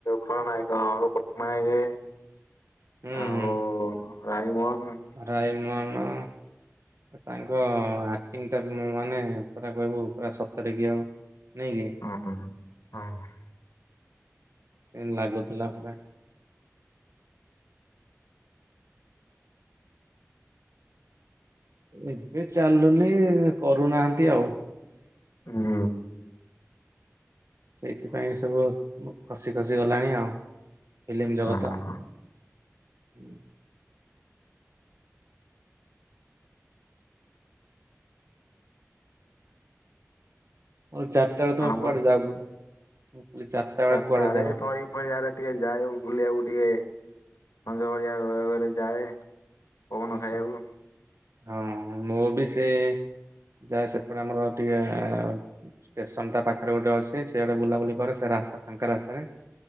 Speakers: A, on the left; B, on the right.
A: ଖଳନାୟକ। <unintelligible>
B: ହୁଁ
A: ଆଉ
B: ହୁଁ
A: ରାଇମୋହନ୍‌।
B: ରାଇମୋହନ। ତାଙ୍କ ଆକ୍ଟିଙ୍ଗଟା ମାନେ ପୁରା କହିବୁ ପୁରା ସତରେକି ଆଉ। ନାଇଁ କି?
A: ହଁ ହ ହ ହଁ।
B: କିମିତି ଲାଗୁଥିଲା ପରା। ଏବେ ଚାଲୁନି କରୁନାହାନ୍ତି ଆଉ।
A: ହୁଁ।
B: ସେଇଥିପାଇଁ ସବୁ ଖସି ଖସି ଗଲାଣି ଆଉ ଫିଲ୍ମ ଜଗତ।
A: ହଁ
B: ହୁଁ। ହଉ ଚାରିଟା ବେଳେ ତମେ
A: ଆମ
B: କୁଆଡେ ଯାଗୁ ମୁଁ କହିଲି ଚାରିଟା ବେଳେ
A: ଚ଼ାର୍ଟା
B: କୁଆଡେ
A: ଆଡେ
B: ଯାଅ?
A: ନଇ ଫଇ ଆଡେ ଟିକେ ଯାଏ ବୁଲିବାକୁ ଟିକେ ସଞ୍ଜ ଭଳିଆ ବେରେ ଯାଏ। ପବନ
B: ଆଛା
A: ଖାଇବାକୁ
B: ହଁ ମୁ ବି ସେ। ଯାଏ ସେପଟେ ଆମର ଟିକେ ଷ୍ଟେସନ ଟା ପାଖରେ ଗୋଟେ ଅଛି ସେ ଗୋଟେ ବୁଲାବୁଲି କରେ ସେ ରାସ୍ତା ଫାଙ୍କା ରାସ୍ତାରେ।